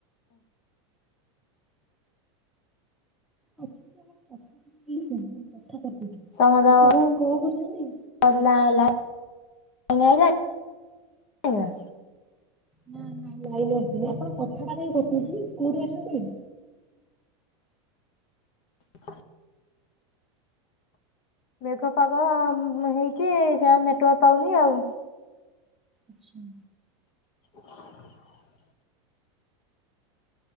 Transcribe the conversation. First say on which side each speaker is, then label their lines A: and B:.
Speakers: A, in the centre; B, on the left.
A: ଅଛନ୍ତି ଆପଣଙ୍କ କଥାଟା <unintelligible>
B: <unintelligible>
A: କଣ କଣ କରୁଛନ୍ତି?
B: ନା?
A: ନା ନା ଲାଇନ ଆସିନି ଆପଣଙ୍କ କଥାଟା କାଇଁ କଟୁଚି କୋଉଠି ଅଛନ୍ତି କି?
B: <inaudible> ମେଘ ପାଗ ମ ହେଇକି ସେ ଆଉ ନେଟୱାର୍କ ପାଉନି ଆଉ।
A: ଆଛା।
B: <inaudible>